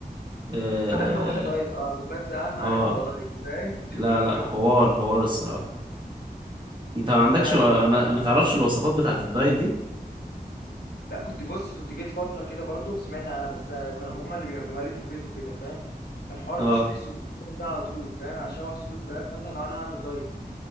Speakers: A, on the right (about 30°); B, on the left (about 85°).
A: اه,
B: اهم حاجه دايت اه بس اهم حاجه
A: آه
B: تبقى دايت فاهم <laughs>
A: لا
B: تكون
A: لا حوار
B: بص
A: حوار الصراحة انت ما عندكش
B: لا
A: ما, ما تعرفش الوصفات بتاعة الدايت دي
B: لا كنت بص كنت جيت فتره كده برضو سمعت انا بس كانوا هما اللي بيعملوها لي في البيت وكده فاهم الحوار
A: اه
B: تشويح صدور الفراخ ده على طول فاهم اشوح صدور فراخ مثلا لو انا هعمل دايت